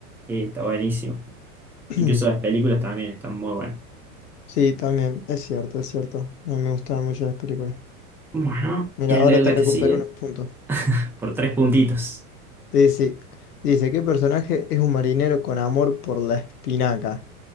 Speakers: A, in the centre; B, on the left.
A: Sí, está buenísimo.
B: <clears throat>
A: Incluso las películas también están muy buenas.
B: Sí, también, es cierto, es cierto. A mí me gustaban mucho las películas.
A: Bueno,
B: Mira,
A: ¿quieres
B: ahora
A: leer la
B: te recupero
A: que sigue?
B: unos puntos.
A: Por tres puntitos.
B: Dice, dice, ¿qué personaje es un marinero con amor por la espinaca?